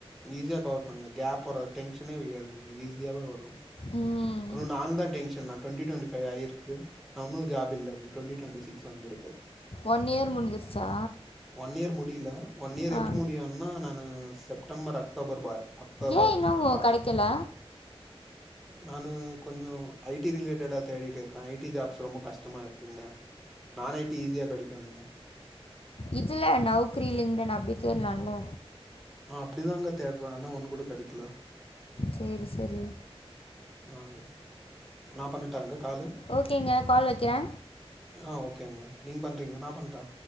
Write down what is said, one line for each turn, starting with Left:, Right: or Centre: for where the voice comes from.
Centre: ஈஸியா கவர் பண்ணல கேப் வர டென்ஷனே <inaudible> ஈஸியாவே வரு
Left: ம்
Centre: ஒன்க்கு நா தா டென் <unintelligible> டுவெண்ட்டி டுவெண்ட்டி ஃபைவ் ஆயிருக்கு நா ஒன்னு ஜாப் இல்ல எனக்கு வெண்டி டுவெண்டி சிகஸ் வந்த இருக்கு
Left: ஒன் இயர் முடிஞ்சிருச்சா
Centre: ஒன் இயர் முடில ஒன் இயர்
Left: ஆ
Centre: எப்ப முடியும் இன்னா நானு செப்டம்பர் அக்டோபர் பாய் அக்டோபர்
Left: ஏன் இன்னும்
Centre: பாஸ்
Left: கிடைக்கல
Centre: நானு கொஞ்சோ ஐ டி ரிலேட்டடா தேடிட்டு இருக்கே ஐ டி ஜாப்ஸ் ரொம்ப கஷ்டமா இருக்குங்க நான் ஐ டி ஈஸியா கெடைக்குங்க
Left: இதுல நவுக்ரீலெந்து நா அப்டி தேட்லாம்ல
Centre: ஆ அப்டிதாங்க தேடுற ஆனா ஒண்ணு கூட கெடைக்கல
Left: சேரி சேரி
Centre: ஆங்க நா பண்ணட்டாங்க காலு
Left: ஓகேங்க கால் வைக்கிறே
Centre: ஆ ஓகேங்க நீங்க பண்றீங்க நா பண்டா